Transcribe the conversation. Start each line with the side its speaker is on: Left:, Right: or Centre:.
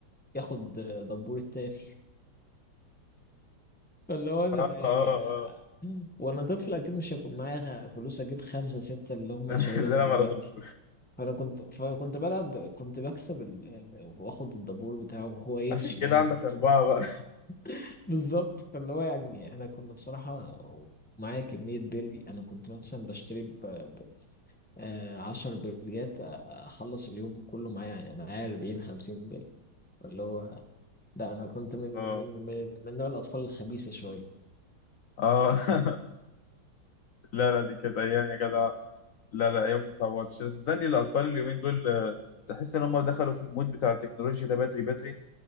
Centre: ياخد دبور التاني فاللي هو انا
Left: اه
Centre: يعني
Left: اه
Centre: انا
Left: اه
Centre: وانا طفل اكيد مش هيكون معايا فلوس اجيب خمسه سته اللي هم
Left: ده انا
Centre: شايلهم
Left: بلعب
Centre: دلوقتي
Left: على ضمور
Centre: فانا كنت فكنت بلعب كنت بكسب ال... واخد الدبور بتاعه وهو يمشي
Left: عشان كده
Centre: عادي
Left: عندك أربعة
Centre: خلاص
Left: بقى
Centre: <laughs> بالظبط فاللي هو يعني احنا كنا بصراحه معايا كمية بلي أنا كنت مثلا بشتري ب ب- آه، عشر بليات آه، أخلص اليوم كله معايا معايا أربعين خمسين بلي اللي هو لا أنا كنت من
Left: اه
Centre: من من من نوع الأطفال الخبيثة شوية
Left: اه <laughs> لا لا دي كانت أيام يا جدع لا لا أيام ما تتعوضش صدقني الأطفال اليومين دول آه، تحس إن هم دخلوا في المود بتاع التكنولوجيا ده بدري بدري